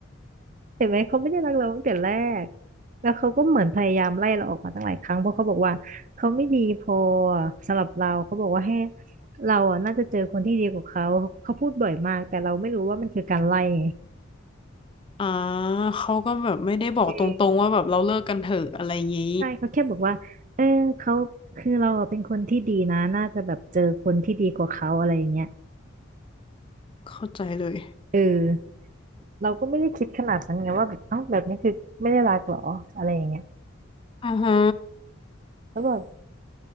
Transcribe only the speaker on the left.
อ๋อเขาก็แบบไม่ได้บอกตรงๆว่าแบบเราเลิกกันเถอะอะไรงี้
เข้าใจเลย
อือฮึ